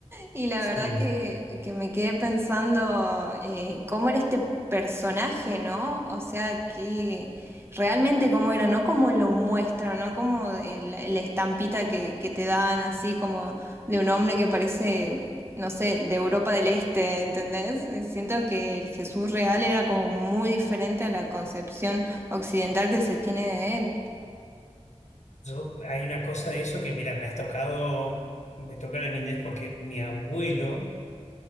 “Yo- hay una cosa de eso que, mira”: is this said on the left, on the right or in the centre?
Left